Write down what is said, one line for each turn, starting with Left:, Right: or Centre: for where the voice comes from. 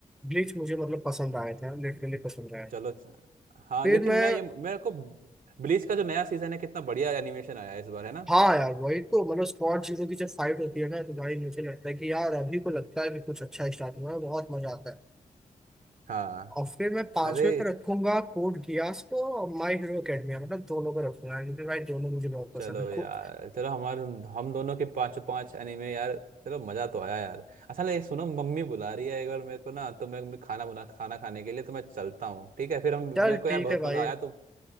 Centre: ब्लीच मुझे मतलब पसंद आया था लिटरली पसंद आया था
Right: चलो च- हाँ
Centre: फिर
Right: लेकिन
Centre: मैं
Right: मैं ये मेरे को ब्लीच का जो नया सीजन है कितना बढ़िया एनिमेशन आया है इस बार है ना
Centre: हाँ यार वही तो मतलब स्क्वाड जीरो की जब फाइट होती है ना तो भाई मुझे लगता है कि यार अभी को लगता है कि कुछ अच्छा स्टार्ट हुआ है बहुत मजा आता है
Right: हाँ
Centre: और फिर मैं पांचवे
Right: अरे
Centre: पे रखूंगा कोड गियास को और माई हीरो एकेडमिया मतलब दोनों पे रखूंगा क्योंकि भाई दोनों मुझे बहुत पसंद
Right: चलो
Centre: है
Right: यार
Centre: को-
Right: चलो हमारे हम दोनों के पांचों पांच एनिमे यार चलो मजा तो आया यार अच्छा ले सुनो मम्मी बुला रही है एक बार मेरे को ना तो मैं मैं खाना बना खाना खाने के लिए तो मैं चलता हूँ ठीक है फिर हम मेरे
Centre: चल
Right: को
Centre: ठीक
Right: यार बहुत
Centre: है भाई
Right: मजा आया तो